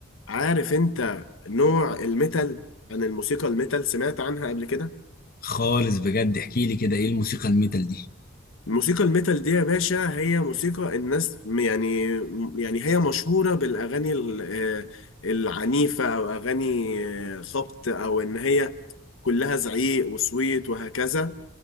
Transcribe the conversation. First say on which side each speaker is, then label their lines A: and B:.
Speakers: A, on the left; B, on the left.
A: عارف أنت نوع الميتال عن الموسيقى الميتال سمعت عنها قبل كده
B: خالص بجد احكي لي كده ايه الموسيقى الميتال دي
A: الموسيقى الميتال دي يا باشا هي موسيقى الناس يعني يعني هي مشهورة بالأغاني ال- آه، العنيفة أو أغاني آه، خبط أو إن هي كلها زعيق وصويت وهكذا